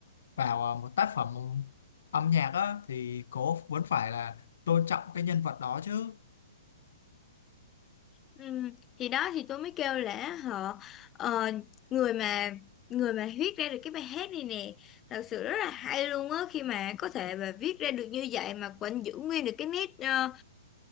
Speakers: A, on the left; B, on the left.
A: vào à, một tác phẩm âm nhạc á thì cô vẫn phải là tôn trọng cái nhân vật đó chứ
B: Ừ, thì đó thì tôi mới kêu là họ ờ, người mà người mà viết ra được cái bài hát này nè thật sự rất là hay luôn á khi mà có thể mà viết ra được như vậy mà vẫn giữ nguyên được cái nét ờ,